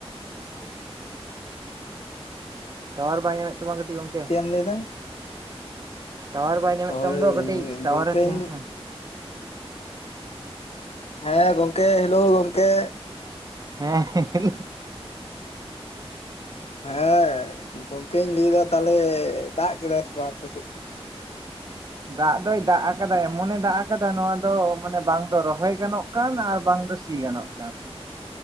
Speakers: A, on the right; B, on the left.
A: ᱴᱟᱣᱟᱨ ᱵᱟᱭ ᱧᱟᱢᱮᱫ ᱛᱟᱢᱟ ᱠᱟᱹᱴᱤᱡ ᱜᱚᱝᱠᱮ
B: ᱪᱮ ᱮᱢ ᱞᱟᱹᱭ ᱫᱟ
A: ᱴᱟᱣᱟᱨ ᱵᱟᱭ ᱧᱟᱢᱮ
B: ᱦᱳᱭ
A: ᱛᱟᱢ ᱫᱚ ᱠᱟᱹᱴᱤᱡ ᱴᱟᱣᱟᱨᱮ
B: ᱜᱚᱝᱠᱮᱧ
A: ᱛᱟᱦᱮᱱᱟ ᱢᱮ
B: ᱦᱮᱸ ᱜᱚᱝᱠᱮ ᱦᱮᱞᱳ ᱜᱚᱝᱠᱮ
A: ᱦᱮᱸ ᱦᱮ ᱦᱮ ᱦᱮᱞᱳ
B: ᱦᱮᱸ ᱜᱚᱝᱠᱮ ᱤᱧ ᱞᱟᱹᱭ ᱫᱟ ᱛᱟᱦᱚᱞᱮ ᱫᱟᱜ ᱠᱮᱫᱟᱭ ᱥᱮ ᱵᱟᱝ ᱟᱯᱮ ᱥᱮᱫ
A: ᱫᱟᱜ ᱫᱚᱭ ᱫᱟᱜ ᱟᱠᱟᱫᱟ ᱮᱢᱚᱱᱮ ᱫᱟᱜ ᱟᱠᱟᱫᱟ ᱱᱚᱣᱟ ᱫᱚ ᱢᱟᱱᱮ ᱵᱟᱝ ᱵᱟᱝ ᱫᱚ ᱨᱚᱦᱚᱭ ᱜᱟᱱᱚᱜ ᱠᱟᱱ ᱟᱨ ᱵᱟᱝ ᱫᱚ ᱥᱤ ᱜᱟᱱᱚᱜ ᱠᱟᱱ